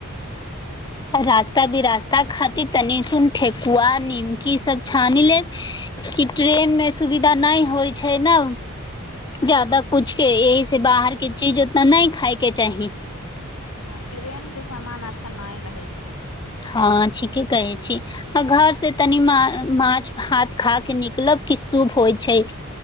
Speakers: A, on the left; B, on the left.
A: रास्ता बि रास्ता खातिर तनी सुन ठेकुआ नीमकी सब छानि लेब कि ट्रेन मे सुविधा नहि होइ छै ने। जादा कुछके ऐहिसे बाहरके चीज उतना नहि खाायके चाही।
B: हं ट्रेन के सामान अच्छा नहि रहे छै।
A: हँ ठीके कहै छी। आ घर से तनि मा माछ भात खा के निकलब कि शुभ होइ छै।